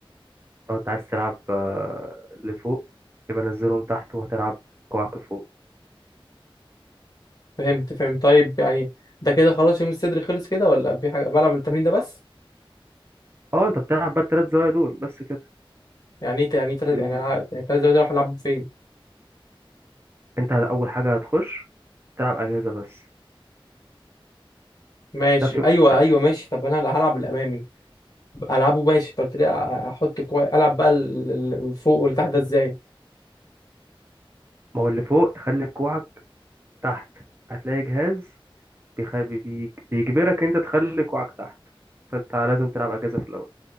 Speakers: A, on the right; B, on the left.
A: لو انت عايز تلعب آه، لفوق يبقى نزلهم تحت وهتلعب كوعك فوق
B: فهمت فهمت طيب يعني ده كده خلاص يوم الصدر خلص كده ولا في حاجة بلعب التمرين ده بس
A: اه آه، انت بتلعب بقى التلات زوايا دول بس كده
B: يعني ايه ت- يعني تلات
A: كلهم.
B: يعني ألعب- يعني تلات زوايا دول هلعب فين
A: انت اول حاجة هتخش تلعب اجهزة بس
B: ماشي
A: ده في وقت
B: ايوه
A: كده
B: ايوه ماشي طب انا هلعب الامامي العبه ماشي طب قلت لي أ- احط كويس العب بقى ال- ال- الفوق واللي تحت ده ازاي
A: ما هو اللي فوق تخلي كوعك تحت هتلاقي جهاز بيخ- بي- بيجبرك انت تخلي كوعك تحت فانت لازم تلعب اجهزة في الاول